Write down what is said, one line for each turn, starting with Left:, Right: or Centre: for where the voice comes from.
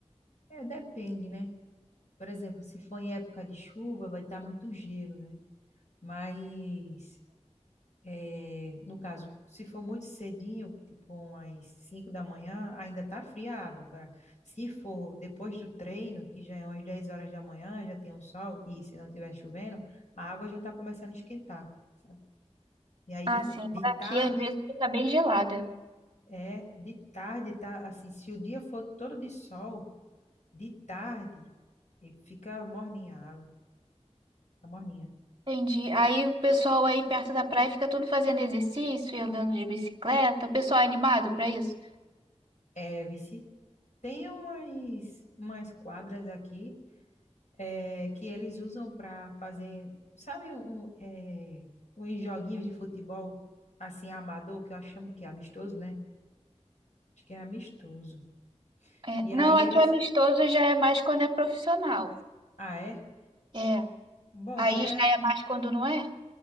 Left: É, depende, né? Por exemplo, se for em época de chuva, vai estar muito gelo, né? Mas É, no caso, se for muito cedinho, tipo umas 5 da manhã, ainda tá fria a água. Agora, se for depois do treino, que já é umas 10 horas da manhã, já tem um sol, e se não tiver chovendo, a água já tá começando a esquentar, sabe? E aí
Right: Ah,
Left: de,
Right: sim.
Left: de tarde,
Right: Aqui, às vezes, fica bem gelada.
Left: é, de tarde tá assim, se o dia for todo de sol, de tarde, e fica morninha a água, fica morninha.
Right: Entendi. Aí o pessoal aí perto da praia fica todo fazendo exercício e andando de bicicleta. O pessoal é animado pra isso?
Left: É, vici, tem umas, umas quadras aqui é, que eles usam para fazer, sabe, um, é, uns joguinhos de futebol assim amador, que eu chamo que é amistoso, né? Acho que é amistoso.
Right: É,
Left: E
Right: não,
Left: aí
Right: é
Left: eles,
Right: que amistoso já é mais quando é profissional.
Left: ah, é?
Right: É.
Left: Bom,
Right: Aí
Left: é,
Right: já é mais quando não é.